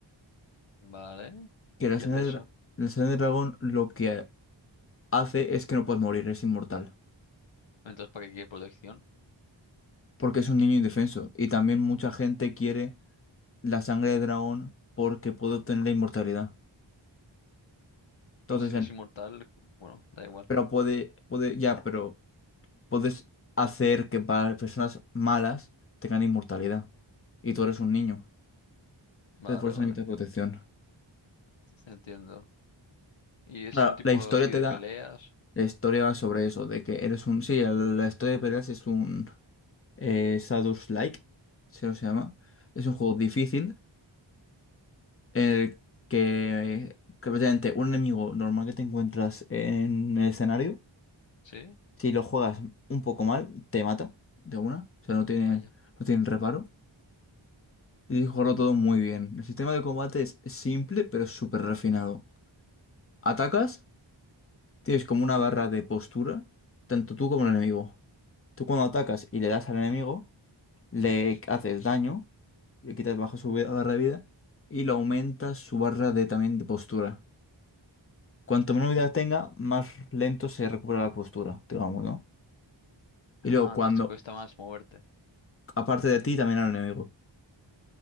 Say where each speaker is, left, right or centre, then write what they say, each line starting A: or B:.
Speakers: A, on the left; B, on the left.
A: Vale.
B: Que
A: ¿Y
B: la
A: qué
B: sangre
A: hace eso?
B: de, dra- la sangre de dragón lo que hace es que no puedes morir, es inmortal,
A: Entonces, ¿para qué quiere protección?
B: porque es un niño indefenso, y también mucha gente quiere la sangre de dragón porque puede obtener la inmortalidad. Entonces,
A: Pero si eres
B: en-
A: inmortal, bueno, da igual.
B: pero puede, puede, ya, pero puedes hacer que para personas malas tengan inmortalidad. Y tú eres un niño.
A: Vale,
B: Entonces, por eso
A: vale.
B: necesitas protección.
A: Entiendo. ¿Y es
B: Claro,
A: un tipo
B: la historia
A: así
B: te
A: de
B: da
A: peleas?
B: la historia sobre eso, de que eres un. Sí, el- la historia de peleas es un eh, Like, se lo se llama. Es un juego difícil en el que, eh, que prácticamente un enemigo normal que te encuentras en el escenario.
A: ¿Sí?
B: Si lo juegas un poco mal, te mata de una. O sea, no tiene,
A: Vaya.
B: no tiene reparo. Y tienes que jugarlo todo muy bien. El sistema de combate es simple, pero súper refinado. Atacas, tienes como una barra de postura, tanto tú como el enemigo. Tú cuando atacas y le das al enemigo, le
A: Sí.
B: haces daño, le quitas baja su vida- barra de vida y le aumentas su barra de también de postura. Cuanto menos vida tenga, más lento se recupera la postura, digamos, ¿no? Y
A: Ah,
B: luego cuando,
A: entonces te cuesta más moverte.
B: aparte de ti, también al enemigo.